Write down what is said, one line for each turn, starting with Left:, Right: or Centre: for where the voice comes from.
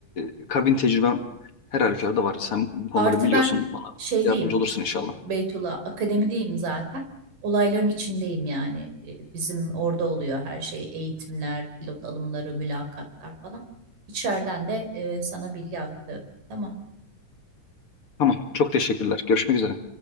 Left: e, kabin tecrüben her halükarda var. Sen bu konuları
Right: Artı
Left: biliyorsun.
Right: ben
Left: Bana
Right: şeydeyim
Left: yardımcı olursun inşallah.
Right: Beytullah akademideyim zaten. Olayların içindeyim yani. E, Bizim orada oluyor her şey. Eğitimler, pilot alımları, mülakatlar falan. İçeriden de e, sana bilgi aktarıyorum. Tamam.
Left: Tamam. Çok teşekkürler. Görüşmek üzere.